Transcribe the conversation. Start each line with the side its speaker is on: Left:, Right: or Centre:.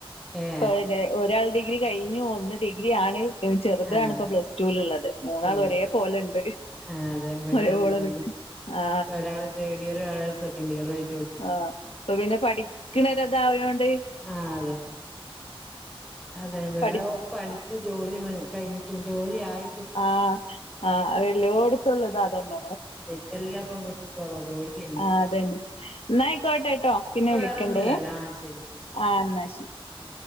Centre: ഏ
Left: പൊയെന്നെ ഒരാള് ഡി ഡിഗ്രി കയ്ഞ്ഞു ഒന്ന് ഡിഗ്രി ആണ് ഇത് ചെറുതാണിപ്പോ
Centre: ആഹ്
Left: പ്ലസ്ടുലുള്ളത് മൂന്നാളും
Centre: ഏ
Left: ഒരേ പോലെണ്ട്
Centre: ആ അതെ വിടീ
Left: ഒരേപോലെ
Centre: അങ്ങൻ തന്നെ
Left: നിക്ക് ആ
Centre: ഒരാള് തേർഡിയറ് ഒരാള് സെക്കന്റിയറ് ആയി
Left: ആഹ് അപ്പൊ പിന്നെ പഠിക്കണരതായോണ്ട്
Centre: ആഹ് അതെ അതെ എവിട
Left: പഠി
Centre: പഠിച്ചു ജോലി കഴിഞ്ഞിട്ട് ഒരു ജോലിയായി
Left: ആഹ് ആല്ലോടുത്തുള്ളതാ എന്ന്
Centre: ഇപ്പ എല്ലാ പെൺകുട്ടികൾക്കും അതാ ജോലിയന്നെ
Left: ആഹ് അതന്നെ എന്ന ആയിക്കോട്ടെ കേട്ടോ പിന്നെ വിളിക്കണ്ടേ
Centre: വേറൊന്നുമില്ലല്ലോ ആ ശരി ശരി
Left: ആ അന്നാശി
Centre: ഉം